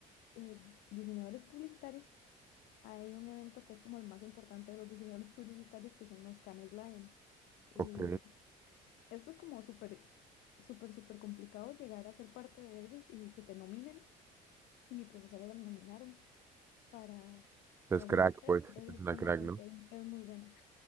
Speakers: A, on the left; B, on the right.
A: eh, diseñadores publicitarios, hay un evento que es como el más importante de los diseñadores <laughs> publicitarios, que son los Cannes Lion. Y
B: Ok,
A: esto es como súper, súper, súper complicado llegar a ser parte de ellos y que te nominen. Y mi profesora la nominaron para, para
B: es crack,
A: ser parte de
B: pues,
A: eso. Entonces
B: es una
A: es como
B: crack,
A: así,
B: ¿no?
A: es, es muy buena.